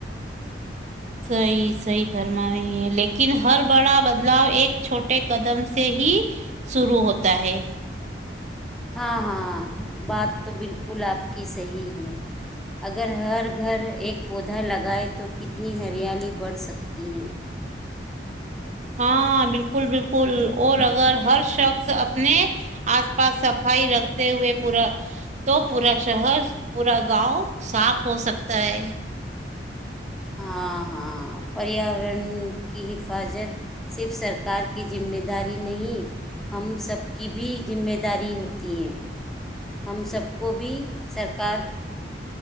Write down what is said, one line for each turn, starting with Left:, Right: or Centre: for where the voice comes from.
Right: صحی صحیح فرما رہی ہے لیکن ہر بڑا بدلاؤ ایک چھوٹے قدم سے ہی شروع ہوتا ہے
Centre: ہاں ہاں بات تو بالکل آپ کی صحیح ہے اگر ہر گھر ایک پودا لگائے تو کتنی ہریالی بڑھ سکتی ہے
Right: ہاں بالکل اور اگر ہر شخص اپنے آس پاس صفائی رکھتے ہوئے پورا تو پورا شہر پورا گاؤں صاف ہو سکتا ہے
Centre: ہاں ہاں پریاورن کی حفاظت صرف سرکار کی ذمہ داری نہیں ہم سب کی بھی ذمہ داری ہوتی تین ہم سب کو بھی سر کار